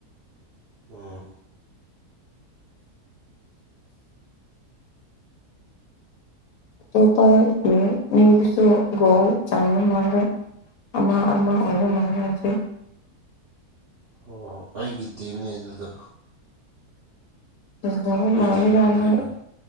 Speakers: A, on the right; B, on the left.
A: ꯑꯥ
B: <inaudible> ꯑꯃꯥ ꯑꯃꯥ ꯑꯣꯏꯔ ꯑꯃꯁꯨ
A: ꯑꯣ ꯑꯩꯒꯤ ꯇꯤꯝꯅꯦ ꯑꯗꯨꯗꯣ
B: ꯑꯗꯨ
A: ꯑꯩꯗꯤ
B: ꯃꯥꯂꯒꯅ
A: ꯅꯣꯔꯠ ꯋꯦꯅ